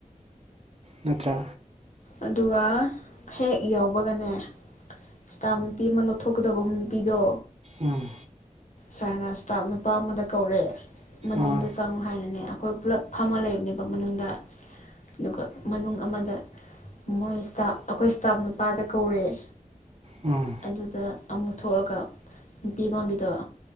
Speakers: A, on the right; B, on the left.
A: ꯅꯠꯇ꯭ꯔ
B: ꯑꯗꯨꯒ ꯍꯦꯛ ꯌꯧꯕꯒꯅꯦ ꯁꯇꯥ ꯅꯨꯄꯤ ꯑꯃ ꯂꯧꯊꯣꯛꯀꯗꯕ ꯅꯨꯄꯤꯗꯣ
A: ꯎꯝ
B: ꯁꯥꯔꯅ ꯏꯁꯇꯥꯞ ꯅꯨꯄꯥ ꯑꯃꯗ ꯀꯧꯔꯦ ꯃꯅꯨꯡꯗ
A: ꯑꯥ
B: ꯆꯪꯉꯨ ꯍꯥꯏꯅꯅꯦ ꯑꯩꯈꯣꯏ ꯄꯨꯜꯂꯞ ꯐꯝꯃ ꯂꯩꯕꯅꯦꯕ ꯃꯅꯨꯡꯗ ꯑꯗꯨꯒ ꯃꯅꯨꯡ ꯑꯃꯗ ꯃꯣꯏ ꯏꯁꯇꯥ ꯑꯩꯈꯣꯏ ꯏꯁꯇꯥꯞ ꯅꯨꯄꯥꯗ ꯀꯧꯔꯑꯦ
A: ꯎꯝ
B: ꯑꯗꯨꯗ ꯑꯃꯨꯛ ꯊꯣꯛꯑꯒ ꯅꯨꯄꯤ ꯑꯃꯒꯤꯪꯒꯤꯗꯕ